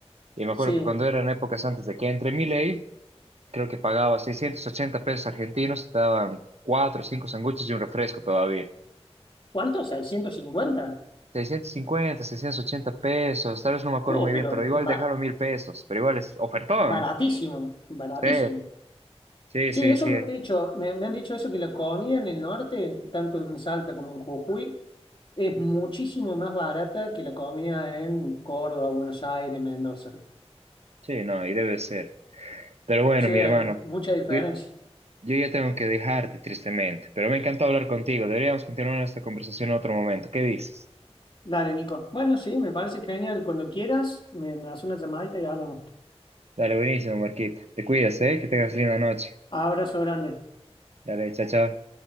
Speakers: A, on the right (about 75°); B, on the left (about 50°).
A: Y me acuerdo
B: Sí.
A: que cuando eran épocas antes de que entre Milei, creo que pagaba 680 pesos argentinos, te daban 4 o 5 sándwiches y un refresco todavía.
B: ¿Cuánto? 650.
A: 650, 680 pesos, tal vez no me acuerdo
B: Oh,
A: muy
B: pero
A: bien, pero igual
B: ba-
A: dejaron mil pesos, pero igual es ofertón.
B: baratísimo, baratísimo.
A: Sí, sí,
B: Sí,
A: sí,
B: eso
A: sí,
B: me han dicho, me, me han dicho eso, que la comida en el norte, tanto en Salta como en Jujuy, Es muchísimo más barata que la comida en Córdoba, Buenos Aires, Mendoza. O
A: sí, no, y debe ser. Pero bueno,
B: sea,
A: mi hermano.
B: hay mucha diferencia.
A: Yo, Yo ya tengo que dejarte, tristemente, pero me encantó hablar contigo. Deberíamos continuar esta conversación en otro momento. ¿Qué dices?
B: Dale, Nico. Bueno, sí, me parece genial. Cuando quieras, me, me haces una llamadita y hablamos.
A: Dale, buenísimo, Marquita. Te cuidas, ¿eh? Que tengas linda noche.
B: Abrazo grande.
A: Dale, chao, chao.